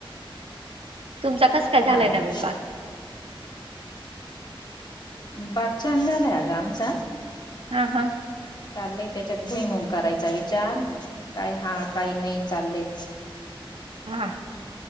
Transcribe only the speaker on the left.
हा
का
भात छान झालाय ग आमचा
चालय त्याच्यात भुईमंग करायचा विचार काय हा काही नाही चाललय